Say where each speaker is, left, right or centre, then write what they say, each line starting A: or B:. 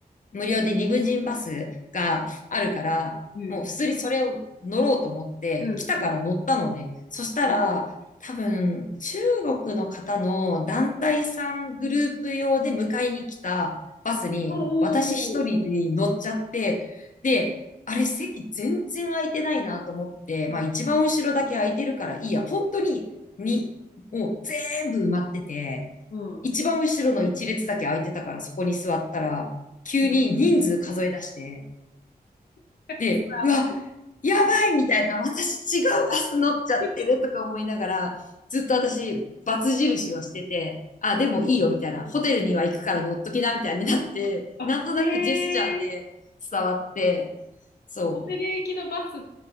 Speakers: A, on the left; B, on the left.
A: 無料でリムジンバスがあるから、
B: うん
A: もう普通にそれを乗ろうと思って、
B: うんうん。
A: 来たから乗ったのね。そしたら、
B: うん
A: 多分、中国の方の団体さんグループ用で迎えに来たバスに、
B: お
A: 私一人に乗っちゃって、
B: おー。
A: で、あれ席全然空いてないなと思って、まあ一番後ろだけ空いてるからいいや、本当に、に、もう全部埋まってて、
B: うん
A: 一番後ろの一列だけ空いてたからそこに座ったら、急に人数数え出して、
B: うん。<laughs>
A: で、
B: それま
A: うわ、やばいみたいな、私違うバス乗っちゃってるとか思いながら、
B: <laughs>
A: ずっと私、バツ印をしてて、あ、でもいいよみたいな、ホテルには行くから乗っときなみたいになって、
B: あへえ。
A: なんとなくジェスチャーで伝わって、そう。
B: 小寺駅のバス